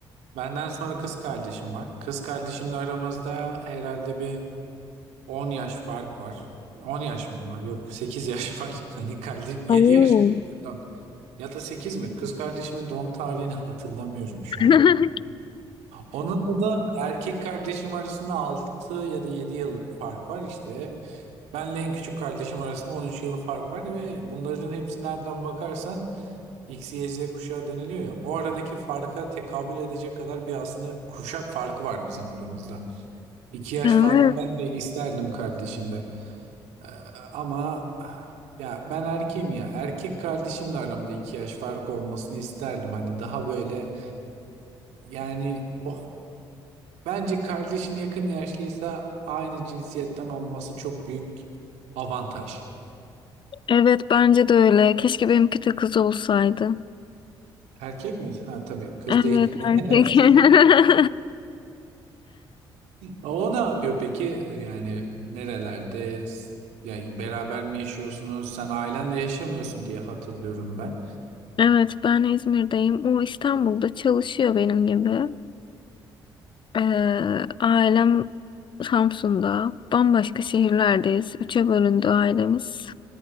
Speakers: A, on the right (about 75°); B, on the left (about 45°).
A: benden sonra kız kardeşim var. Kız kardeşimle aramızda herhalde bir 10 yaş fark var. 10 yaş mı var? Yok, 8 yaş var. <laughs> Hani kardeş yedi
B: Oo.
A: yaş var, pardon. Ya da 8 mi? Kız kardeşimin doğum tarihini hatırlamıyorum
B: <laughs>
A: şu an. Onunla da erkek kardeşim arasında 6 ya da 7 yıl fark var işte. Benle en küçük kardeşim arasında 13 yıl fark var ve bunların hepsi nereden bakarsan X, Y, Z kuşağı deniliyor ya. O aradaki farka tekabül edecek kadar bir aslında kuşak farkı var bizim aramızda. İki yaş
B: Evet.
A: farkı ben de isterdim kardeşimle. Ee, ama ah, ya ben erkeğim ya. Erkek kardeşimle aramda iki yaş fark olmasını isterdim. Hani daha böyle yani oh bence kardeşin yakın yaşlıysa aynı cinsiyetten olması çok büyük avantaj.
B: Evet bence de öyle. Keşke benimki de kız olsaydı.
A: Erkek mi? Ha tabii kız
B: Evet
A: değil. <laughs>
B: erkek.
A: Erkek.
B: <laughs>
A: O ne yapıyor peki? Yani nerelerde? Yani beraber mi yaşıyorsunuz? Sen ailenle yaşamıyorsun diye hatırlıyorum ben.
B: Evet ben İzmir'deyim. O İstanbul'da çalışıyor benim gibi. Ee, ailem Samsun'da. Bambaşka şehirlerdeyiz. Üçe bölündü ailemiz.